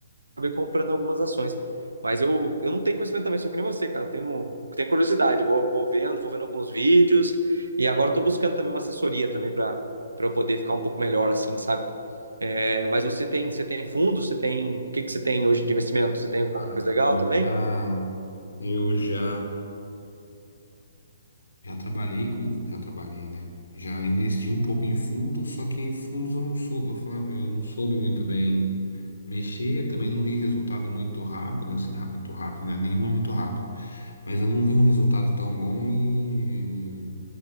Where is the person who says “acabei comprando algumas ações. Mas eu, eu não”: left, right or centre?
Right